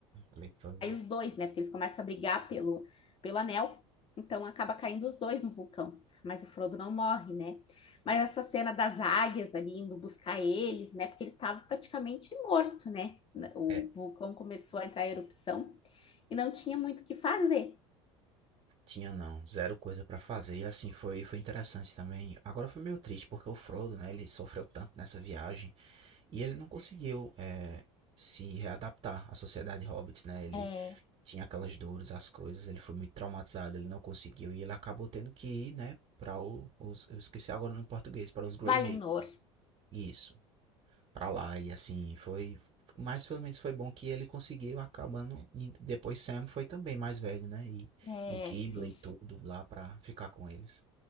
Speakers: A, on the right (about 40°); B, on the left (about 35°).
A: Ali foi...
B: cai os dois, né? Porque eles começam a brigar pelo, pelo anel, então acaba caindo os dois no vulcão. Mas o Frodo não morre, né? Mas essa cena das águias ali indo buscar eles, né? Porque ele estava praticamente morto, né? O
A: É,
B: vulcão começou a entrar em erupção e não tinha muito o que fazer.
A: tinha não, zero coisa pra fazer. E assim, foi, foi interessante também. Agora foi meio triste, porque o Frodo, né, ele sofreu tanto nessa viagem. E ele não conseguiu é, se readaptar à sociedade hobbit, né? Ele
B: É,
A: tinha aquelas dores, as coisas, ele foi muito traumatizado, ele não conseguiu e ele acabou tendo que ir, né, para os eu esqueci agora no português, para os Grey
B: Valinor,
A: Hay, isso, para lá e assim, foi mas pelo menos foi bom que ele conseguiu acabando e depois Sam foi também mais velho, né? E
B: é,
A: e Gimli
B: sim,
A: e tudo lá para ficar com eles.